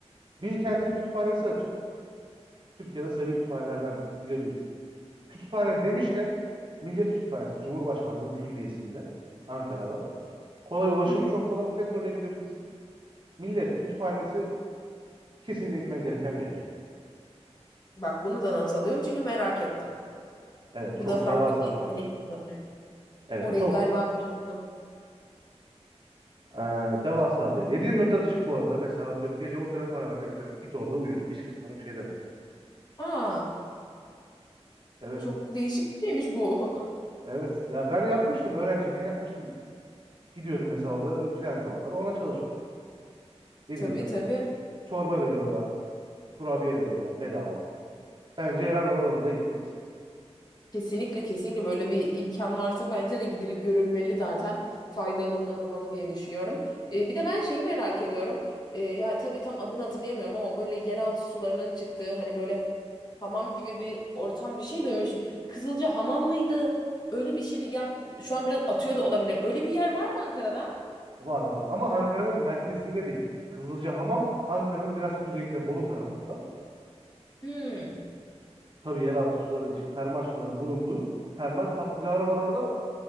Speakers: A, on the right; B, on the left.
A: Bilkent'in kütüphanesi açık. Türkiye'de sayılı kütüphanelerdendir. Gidebilirsin. Kütüphane demişken Millet Kütüphanesi Cumhurbaşkanlığı Külliyesi'nde Ankara'da. Kolay ulaşımı
B: Hı hı.
A: çok kolay. Metro ile gidebilirsin. Millet Kütüphanesi kesinlikle gitmen gereken bir yer.
B: Bak bunu da not alıyorum çünkü merak ettim.
A: Evet çok
B: Bu da farklı
A: devasa
B: bir
A: bir yer.
B: deneyim olabilir.
A: Evet
B: Orayı
A: çok
B: galiba... duymuştum.
A: eee, devasa bir yer. 7-24 açık bu arada. Mesela atıyorum gece otele para vermek istemiyorum. Git orada uyu. Hiç kimse sana bir şey demez.
B: Aa.
A: Evet.
B: Çok değişik bir şeymiş bu.
A: Evet. Ya ben yapmıştım. Öğrenciyken yapmıştım. Gidiyordum mesela orada plan zamanları. Ona çalışıyordum. 7-24.
B: <laughs> Tabii tabii.
A: Çorba veriyorlar. Kurabiye veriyorlar bedava. Bence herhalde oralarda gitmeliyiz.
B: Kesinlikle kesinlikle böyle bir imkan varsa bence de gidilip görülmeli zaten. Faydalanılmalı diye düşünüyorum. Ee, bir de ben şeyi merak ediyorum. Ee, ya tabii tam adını hatırlayamıyorum ama böyle yeraltı sularının çıktığı hani böyle hamam gibi bir ortam bir şey duymuştum. Kızılca hamam mıydı? Öyle bir şeydi. Ya şu an biraz atıyor da olabilirim. Öyle bir yer var mı Ankara'da?
A: Var var. Ama Ankara'nın merkezinde değil. Kızılcahamam Ankara'nın biraz kuzeyinde Bolu tarafında.
B: Hmm.
A: Tabii yeraltı suların işte termal suların bulunduğu termal kaplıcalar var orada.